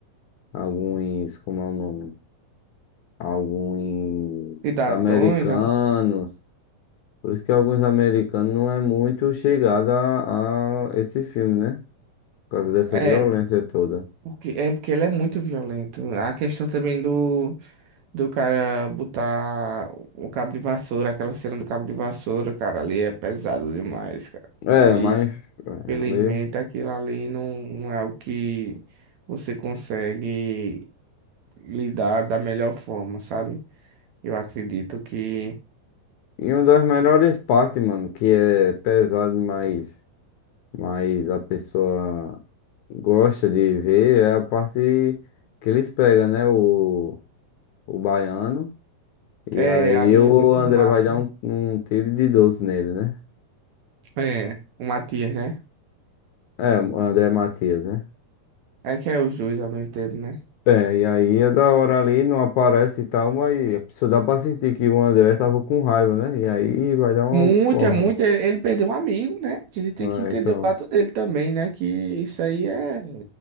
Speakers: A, on the left; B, on the right.
A: alguns, como é o nome? Alguns
B: Cidadãos,
A: americanos. Por isso que alguns americanos não é muito chegado a, a esse filme, né? Por causa dessa
B: é.
A: violência
B: é,
A: toda.
B: Porque, é porque ele é muito violento. A questão também do, do cara botar o cabo de vassoura, aquela cena do cabo de vassoura, cara, ali é pesado demais, cara.
A: É,
B: E,
A: mas é,
B: infelizmente,
A: ali.
B: aquilo ali não, não é o que você consegue lidar da melhor forma, sabe? Eu acredito que.
A: E uma das melhores partes, mano, que é pesado, mas, mas a pessoa gosta de ver, é a parte que eles pegam, né? O, o baiano. E
B: É,
A: aí
B: ali
A: o
B: é muito
A: André
B: massa.
A: vai dar um, um tiro de 12 nele, né?
B: É, o Matias, né?
A: É, o André Matias, né?
B: É que é os dois ao mesmo tempo, né?
A: É, e aí é da hora ali, não aparece e tal, mas a pessoa dá pra sentir que o André tava com raiva, né? E aí vai dar uma
B: Muito,
A: porra.
B: é muito. Ele, ele perdeu um amigo, né? A gente tem
A: Vai,
B: que entender
A: então.
B: o lado dele também, né? Que isso aí é.